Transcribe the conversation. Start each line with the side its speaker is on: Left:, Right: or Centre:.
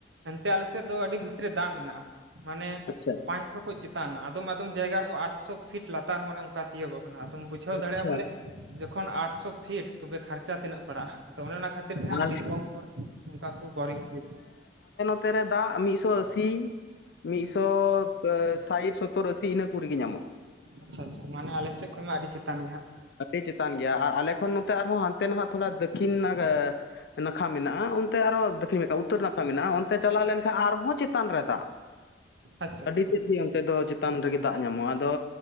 Right: ᱮᱱᱛᱮ ᱟᱞᱮ ᱥᱮᱫ ᱫᱚ ᱟᱹᱰᱤ ᱵᱷᱤᱛᱤᱨ ᱨᱮ ᱫᱟᱜ ᱢᱮᱱᱟᱜᱼᱟ ᱾ ᱢᱟᱱᱮ,
Left: ᱟᱪᱪᱷᱟ
Right: ᱯᱟᱸᱪᱥᱚ ᱠᱷᱚᱡ ᱪᱮᱛ ᱪᱮᱛᱟᱱ, ᱟᱫᱚᱢ ᱟᱫᱚᱢ ᱡᱟᱭᱜᱟ ᱨᱮᱫᱚ ᱟᱴᱥᱚ ᱯᱷᱤᱴ ᱞᱟᱛᱟᱨ ᱦᱚᱸ ᱚᱱᱮ ᱚᱱᱠᱟ ᱛᱤᱭᱟᱹᱜᱚᱜ ᱠᱟᱱᱟ ᱟᱫᱚᱢ ᱵᱩᱡᱷᱟᱹᱣ
Left: ᱟᱪᱪᱷᱟ
Right: ᱫᱟᱲᱮᱭᱟᱜᱼᱟ ᱵᱚᱞᱮ ᱡᱚᱠᱷᱚᱱ ᱟᱴᱥᱚ ᱯᱷᱤᱴ ᱛᱚᱵᱮ ᱠᱷᱚᱨᱪᱟ ᱛᱤᱱᱟᱹᱜ ᱯᱟᱲᱟᱜᱼᱟ ᱟᱫᱚ ᱚᱱᱮ ᱚᱱᱟ ᱠᱷᱟᱹᱛᱤᱨ ᱛᱮ ᱦᱟᱸᱜ
Left: ᱟᱨ
Right: ᱟᱹᱰᱤ ᱠᱚᱢ ᱦᱚᱲ ᱱᱚᱱᱠᱟ ᱠᱚ ᱵᱳᱨᱤᱝ ᱦᱚᱪᱚᱭᱟ ᱾
Left: ᱛᱮ ᱨᱮ ᱫᱟᱜ ᱢᱤᱫᱥᱚ ᱟᱥᱤ ᱢᱤᱫᱥᱚ ᱥᱟᱭᱴ ᱥᱚᱛᱛᱳᱨ ᱟᱥᱤ ᱤᱱᱟᱹ ᱠᱚᱨᱮᱜᱮ ᱧᱟᱢᱚᱜᱼᱟ ᱾
Right: ᱟᱪ-ᱪᱷᱟ ᱟᱪ-ᱪᱷᱟ, ᱢᱟᱱᱮ ᱟᱞᱮᱥᱮᱫ ᱠᱷᱚᱱ ᱢᱟ ᱟᱹᱰᱤ ᱪᱮᱛᱟᱱ ᱜᱮ ᱦᱟᱸᱜ ᱾
Left: ᱟᱹᱰᱤ ᱪᱮᱛᱟᱱ ᱜᱮᱭᱟ ᱟᱨ ᱟᱞᱮ ᱠᱷᱚᱱ ᱱᱚᱛᱮ ᱟᱨᱦᱚᱸ ᱦᱟᱱᱛᱮ ᱱᱟᱜ ᱛᱷᱚᱲᱟ ᱫᱚᱠᱷ ᱠᱤᱱ ᱱᱟᱜᱟᱨ ᱱᱟᱠᱷᱟ ᱢᱮᱱᱟᱜᱼᱟ ᱚᱱᱛᱮ ᱟᱨᱦᱚ ᱫᱚᱠᱷᱤ ᱱᱟᱠᱷᱟ ᱩᱛᱛᱚᱨ ᱱᱟᱠᱷᱟ ᱢᱮᱱᱟᱜᱼᱟ ᱚᱱᱛᱮ ᱪᱟᱞᱟᱣ ᱞᱮᱱ ᱠᱟ ᱟᱨᱦᱚᱸ ᱪᱮᱛᱟᱱ ᱨᱮ ᱫᱟᱜ
Right: ᱟᱪᱪᱷᱟ ᱟᱪᱪᱷᱟ
Left: ᱟᱹᱰᱤ ᱛᱮᱫ ᱜᱮ ᱚᱱᱛᱮ ᱫᱚ ᱪᱮ ᱛᱟᱱ ᱨᱮᱜᱮ ᱫᱟᱜ ᱧᱟᱢᱚᱜ-ᱟ ᱟᱫᱚ